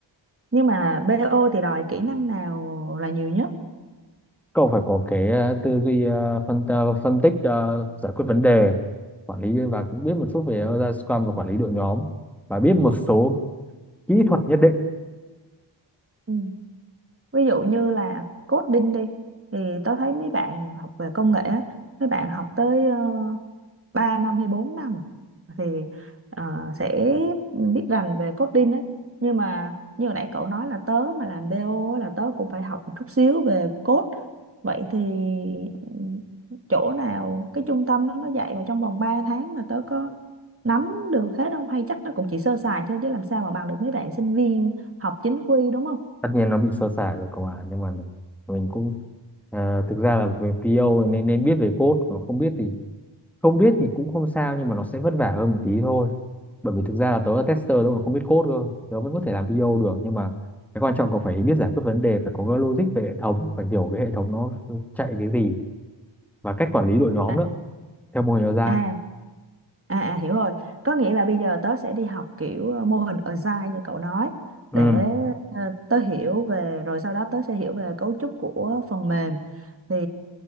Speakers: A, on the right; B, in the centre.
A: Nhưng mà BO thì đòi kỹ năng nào là nhiều nhất?
B: cậu phải có cái ờ, tư duy ờ, phân ờ, phân tích ờ, giải quyết vấn đề quản lý và cũng biết một chút về ờ, ra Scrum và quản lý đội nhóm và biết một số kỹ thuật nhất định
A: Ừ. Ví dụ như là coding đi thì tớ thấy mấy bạn học về công nghệ á, mấy bạn học tới ờ, 3 năm hay 4 năm à, thì ờ, sẽ biết rành về coding ấy nhưng mà như hồi nãy cậu nói là tớ mà làm BO là tớ cũng phải học một chút xíu về code vậy thì ừ, chỗ nào cái trung tâm đó nó dạy mà trong vòng 3 tháng mà tớ có nắm được hết không hay chắc nó cũng chỉ sơ sài thôi chứ làm sao mà bằng được mấy bạn sinh viên học chính quy đúng không
B: tất nhiên nó bị sơ sài rồi cậu à nhưng mà mình cũng ờ, thực ra là về PO nên nên biết về code còn không biết thì không biết thì cũng không sao nhưng mà nó sẽ vất vả hơn một tí thôi bởi vì thực ra là tớ là tester tớ còn không biết code cơ tớ vẫn có thể làm PO được nhưng mà cái quan trọng còn phải biết giải quyết vấn đề phải có cái logic về hệ thống phải hiểu cái hệ thống nó chạy cái gì và cách quản lý đội nhóm
A: À,
B: nữa theo mô hình agile
A: à à à hiểu rồi có nghĩa là bây giờ tớ sẽ đi học kiểu ờ, mô hình Agile như cậu nói
B: ừ
A: để ờ, tớ hiểu về rồi sau đó tớ sẽ hiểu về cấu trúc của phần mềm thì